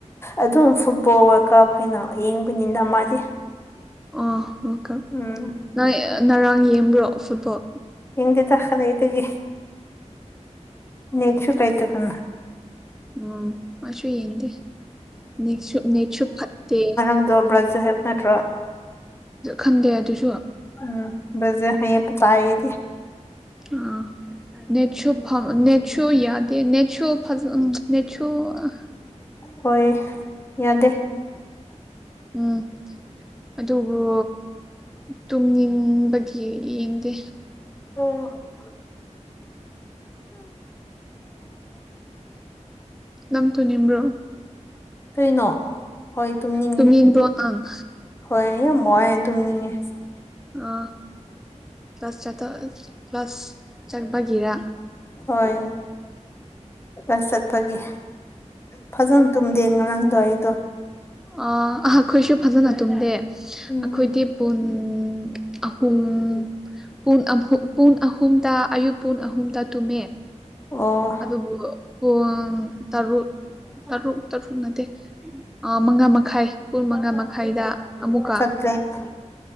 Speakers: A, on the left (about 20°); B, in the centre.
A: ꯑꯗꯨꯝ ꯐꯨꯠꯕꯣꯜ ꯀꯥꯎꯈ꯭ꯔꯦꯅ ꯌꯦꯡꯕꯅꯤꯅ ꯃꯥꯗꯤ
B: ꯑꯣ ꯂꯣꯀꯞ
A: ꯎꯝ
B: ꯅꯣꯏ ꯉꯔꯥꯡ ꯌꯦꯡꯕ꯭ꯔꯣ ꯐꯨꯠꯕꯣꯜ
A: ꯌꯦꯡꯗꯦꯗ ꯀꯗꯥꯏꯗꯒꯤ ꯅꯦꯠꯁꯨ ꯂꯩꯇꯗꯅ
B: ꯎꯝ ꯑꯩꯁꯨ ꯌꯦꯡꯗꯦ ꯅꯦꯁꯨ ꯅꯦꯠꯁꯨ ꯐꯠꯇꯦ
A: ꯑꯥꯗꯣ ꯕ꯭ꯔꯥꯖꯜ ꯍꯥꯏꯕ ꯅꯠꯇ꯭ꯔꯣ
B: ꯈꯪꯗꯦ ꯑꯗꯨꯁꯨ
A: ꯎꯝ ꯕꯖꯜ ꯍꯥꯌꯦ ꯇꯥꯌꯦ ꯑꯩꯗꯤ
B: ꯑꯥ ꯅꯦꯠꯁꯨ ꯐ ꯅꯦꯠꯁꯨ ꯌꯥꯗꯦ ꯅꯦꯁꯨ ꯐꯖ ꯅꯦꯁꯨ ꯑ <unintelligible>
A: ꯍꯣꯏ ꯌꯥꯗꯦ꯫
B: ꯎꯝ ꯑꯗꯨꯕꯨ ꯇꯨꯝꯅꯤꯡꯕꯒꯤ ꯌꯦꯡꯗꯦ꯫
A: ꯍ <inaudible>
B: ꯅꯪ ꯇꯨꯝꯅꯤꯡꯕ꯭ꯔꯣ꯫
A: ꯀꯩꯅꯣ ꯍꯣꯏ ꯇꯨꯝꯅꯤꯡꯉꯦ
B: ꯇꯨꯝꯅꯤꯡꯕ꯭ꯔꯣ ꯅꯪ
A: ꯍꯣꯏ ꯑꯩ ꯌꯥꯝ ꯋꯥꯏꯌꯦ ꯇꯨꯝꯅꯤꯡꯉꯦ꯫
B: ꯑ ꯀ꯭ꯂꯥꯁ ꯆꯇ ꯀ꯭ꯂꯥꯁ ꯆꯠꯄꯒꯤꯔ꯫
A: ꯍꯣꯏ ꯀ꯭ꯂꯥꯁ ꯆꯠꯄꯒꯤ꯫ ꯐꯖꯅ ꯇꯨꯝꯗꯦ ꯉꯔꯥꯡꯗꯣ ꯑꯩꯗꯣ
B: ꯑ ꯑ ꯑꯩꯈꯣꯏꯁꯨ ꯐꯖꯅ ꯇꯨꯝꯗꯦ꯫
A: ꯎꯝ
B: ꯑꯩꯈꯣꯏꯗꯤ ꯄꯡ ꯑꯍꯨꯝ ꯄꯨꯡ ꯑꯍꯨ ꯄꯨꯡ ꯑꯍꯨꯝꯇ ꯑꯌꯨꯛ ꯄꯨꯡ ꯑꯍꯨꯝꯗ ꯇꯨꯝꯃꯦ
A: ꯑꯣ
B: ꯑꯗꯨꯕꯨ ꯄꯨꯡ ꯇꯔꯨꯛ ꯇꯔꯨꯛ ꯇꯔꯨꯛ ꯅꯠꯇꯦ ꯑ ꯃꯉꯥ ꯃꯈꯥꯏ ꯄꯨꯡ ꯃꯉꯥ ꯃꯈꯥꯏꯗ ꯑꯃꯨꯛꯀ
A: ꯀꯈ꯭ꯔꯦ <unintelligible>